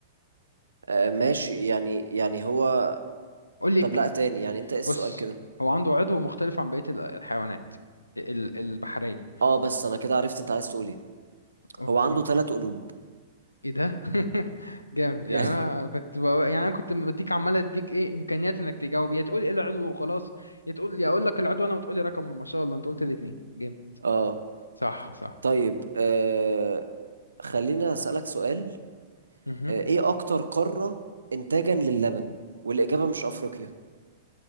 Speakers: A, on the right (about 75°); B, on the left (about 85°).
A: آه ماشي يعني يعني هو
B: قول لي
A: طب
B: ك-
A: لا تاني يعني انت ايه السؤال
B: بص
A: كده
B: هو عنده عضو مختلف عن بقية الحيوانات ال- البحرية
A: اه بس انا كده عرفت انت عايز تقول ايه
B: اوكي
A: هو عنده ثلاث قلوب
B: ايه ده <laughs> جامد يعني
A: يعني
B: انا كنت ب... يعني انا كنت بديك عمال اديك ايه امكانيات انك تجاوب يا تقول ايه العضو وخلاص يا تقول يا اقول لك العضو انا وتقول لي رقمه ما شاء الله انت قلت الاثنين جامد
A: <laughs> اه
B: صح صح
A: طيب آه خلينا أسألك سؤال
B: مهم.
A: آه إيه أكتر قارة إنتاجا للبن والإجابة مش أفريقيا